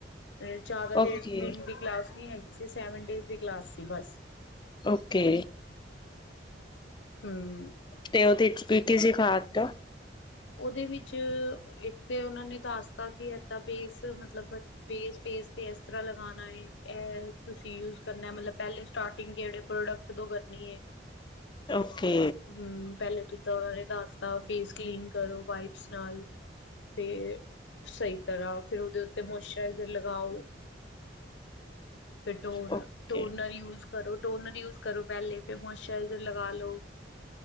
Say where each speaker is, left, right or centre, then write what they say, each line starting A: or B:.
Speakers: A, on the left (about 80°); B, on the left (about 25°).
A: ਤੇ ਜ਼ਿਆਦਾ
B: ਓਕੇ,
A: ਦੇ ਦਿਨ ਦੀ ਕਲਾਸ ਵੀ ਹੈਗੀ ਸੀ ਸੈਵਨ ਡੇਜ ਦੀ ਕਲਾਸ ਸੀ ਬਸ
B: ਓਕੇ
A: ਹੂੰ।
B: ਤੇ ਉਹਦੇ ਸ ਖਾ ਕ
A: ਉਹਦੇ ਵਿੱਚ ਇੱਕ ਤੇ ਉਹਨਾਂ ਨੇ ਦੱਸਤਾ ਕਿ ਏਦਾਂ ਬੇਸ ਮਤਲਬ ਮਤਲਬ ਬੇਸ-ਫੇਸ ਤੇ ਇਸ ਤਰ੍ਹਾਂ ਲਗਾਉਣਾ ਹੈ ਇਹ ਤੁਸੀਂ ਯੂਜ ਕਰਨਾ ਮਤਲਬ ਪਹਿਲੇ ਸਟਾਰਟਿੰਗ ਕਿਹੜੇ ਪ੍ਰੋਡਕਟ ਤੋਂ ਕਰਨੀ ਹੈ।
B: ਓਕੇ।
A: ਹੂੰ ਪਹਿਲੇ ਦਿਨ ਦ ਨੇ ਦੱਸਦਾ ਫੇਸ ਕਲੀਨ ਕਰੋ ਵਾਈਪਸ ਨਾਲ ਫੇਰ ਸਹੀ ਤਰ੍ਹਾਂ ਫੇਰ ਉਹਦੇ ਉੱਤੇ ਲਗਾਓ ਫਿਰ ਟੋਨਰ
B: ਓਕੇ,
A: ਯੂਜ ਕਰੋ। ਟੋਨਰ ਯੂਜ ਕਰੋ ਪਹਿਲੇ ਫਿਰ ਮੋਸਚਰਾਈਜਰ ਲਗਾ ਲੋ।